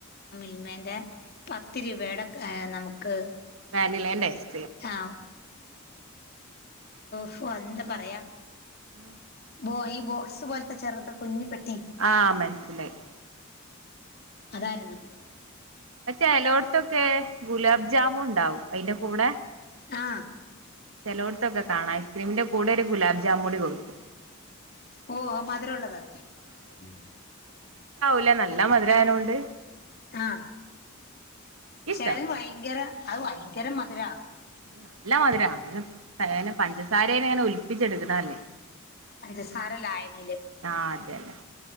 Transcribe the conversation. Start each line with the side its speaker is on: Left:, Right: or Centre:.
Left: ൽമേടെ- പത്ത് രൂപേടെ ആ നമ്ക്ക് - ക്ക്
Right: വാനിലേസ്‌-
Left: ആ <unintelligible> പ്പോ എന്താ പറയാ-
Right: <inaudible>
Left: ബോ ഈ ബോക്സ് പോലത്തെ ചെറുത് കുഞ്ഞി പ്പെ
Right: ആ മൻസിലായി
Left: അതാര്ന്നു
Right: ചെലോട്ത്തൊക്കെ ഗുലാബ് ജാമുണ്ടാവും അയിന്റെ കൂടെ
Left: ആ
Right: ചെലോടത്തൊക്കെ കാണാം ഐസ്ക്രീമിന്റെ കൂടെ ഒരു ഗുലാബ് ജാമൂടി കൊടുക്കും
Left: ഓ ആ മധുരൊള്ളത് ഉം
Right: ല്ല നല്ല മധുരായനോണ്ട്
Left: ആ
Right: എനിക്കിഷ്ടാ
Left: ചെലത് ഭയങ്കര അഹ് വയങ്കര മധുരാ
Right: മ്മ് നല്ല മധുര ങ്ങനെതേന് പഞ്ചസാരേനെങ്ങനെ ഒലിപ്പിച്ചെടുക്കണല്ലേ
Left: പഞ്ചസാര ലായനിയില്
Right: ആ അതെന്നെ